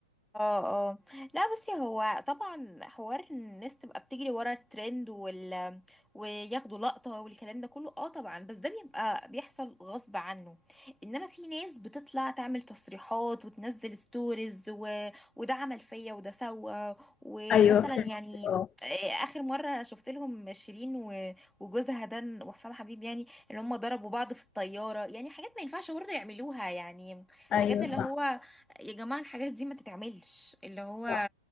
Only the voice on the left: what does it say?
أيوه فهمت
اه
أيوه
صح
صح